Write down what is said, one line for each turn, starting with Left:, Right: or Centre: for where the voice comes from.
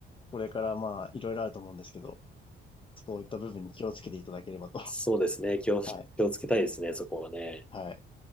Left: これからまあいろいろあると思うんですけど、そういった部分に気をつけていただければと。<laughs>
Centre: そうですね。気を、
Left: はい。
Centre: 気をつけたいですね、そこはね。
Left: はい。